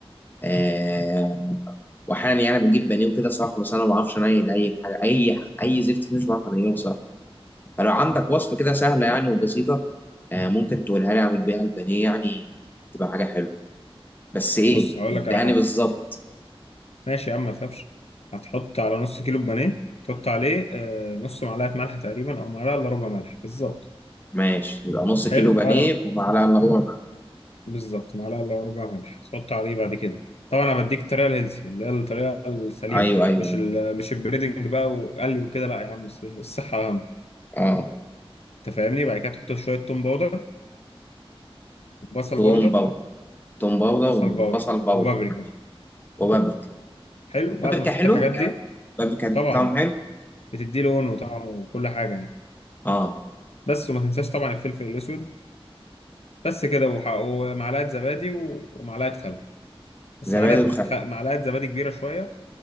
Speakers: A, on the left; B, on the left.
A: آه واحيانا يعني بجيب بانيه وكده صراحه بس انا ما بعرفش انيل اي حاجه اي اي زفت فيه مش بعرف انيله صراحه فلو عندك وصفه كده سهله يعني وبسيطه آه ممكن تقولها لي اعمل بيها البانيه يعني تبقى حاجه حلوه بس ايه
B: بص هقول
A: اداني
B: لك على حاجه
A: بالظبط
B: ماشي يا عم ما تخافش هتحط على نص كيلو بانيه تحط عليه آه، نص معلقه ملح تقريبا او معلقه الا ربع ملح بالظبط
A: ماشي يبقى نص
B: حلو
A: كيلو بانيه
B: بعد ما-
A: ومعلقه الا ربع معلقة.
B: بالظبط معلقه الا ربع ملح هتحط عليه بعد كده طبعا انا بديك الطريقه الهيلثي اللي هي الطريقه السليمه
A: ايوه ايوه
B: مش ال مش البريدنج بقى وقلي وكده لا يا عم الص- الصحه اهم
A: اه
B: انت فاهمني بعد كده تحط شويه توم باودر وبصل
A: توم
B: باودر
A: باودر توم باودر
B: وبصل
A: وبصل
B: باودر
A: باودر
B: وبابريكا
A: وبابل
B: حلو بعد
A: بابل
B: ما تحط
A: حلوة
B: الحاجات دي
A: يعني بابل كان
B: طبعا
A: طعمه حلو
B: بتدي لون وطعم وكل حاجة يعني
A: اه
B: بس وما تنساش طبعا الفلفل الأسود بس كده وح- ومعلقة زبادي و- ومعلقة خل بس
A: زبادي
B: معلقة
A: وخل
B: خ... معلقة زبادي كبيرة شوية